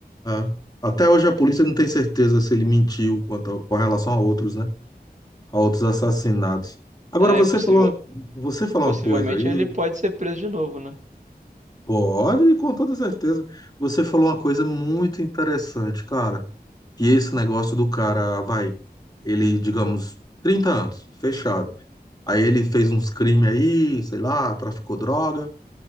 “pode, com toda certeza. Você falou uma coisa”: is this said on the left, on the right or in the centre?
Left